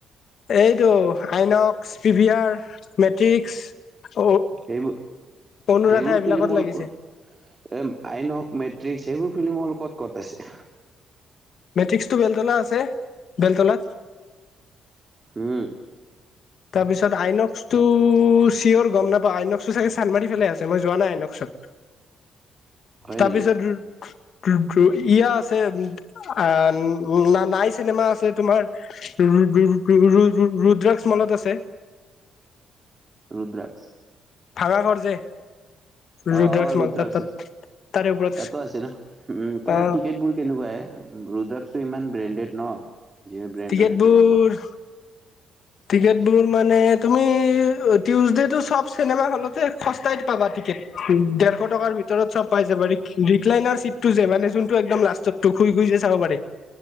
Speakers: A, on the left; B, on the right.
A: এইটো আইনক্স পিভিয়াৰ মেট্ৰিক্স
B: সেইবোৰ
A: অনুৰাধা
B: সেইবোৰ
A: এইবিলাকত
B: ফিলিম হল
A: লাগিছে
B: কৰ এ আইনক মেট্ৰিক সেইবোৰ ফিল্মৰ কত কট আছে।
A: মেট্ৰিক্সটো বেলতলা আছে বেলতলাত।
B: উম।
A: তাৰপিছত আইনক। তো চিঞৰ গম নাপা আইনক্সো চাগে চান্মাৰি ফালে আছে মই যোৱা নাই আইনক্সত।
B: হয়
A: তাৰপিছত
B: নেকি
A: ইয়া আছে উ আ ন নাই চিনেমা আছে তোমাৰৰুদ্ৰাক স মলত আছে
B: ৰুদ্ৰাক্ষ
A: ভাগা ঘৰ যে
B: অ
A: ৰুদ্ৰাক্স
B: অ ৰুদ্ৰাকৰ
A: মল তাত তাত তাৰে ওপৰত
B: তাতো আছে ন উম ততে
A: অ
B: টিকট বুলি কেনেকুৱাই ৰৰুদ্ৰাকসটো ইমান ব্ৰেণ্ডেড ন যি ব্ৰেণ্ড
A: টিকেটবোৰ
B: হয় এটা ডাঙৰ
A: টিকট বোৰ মানে তুমি টউজডে তটো চব চিনেমা হলতে সস্তাই পাবা টিকেট দেেৰশ টকাৰ ভিতৰত চব পাই যাবা ৰিকলাইনাৰ চিট টো যে মানে যোনটো একম লাষ্টতোুই ঘুইি য চাব পাৰে।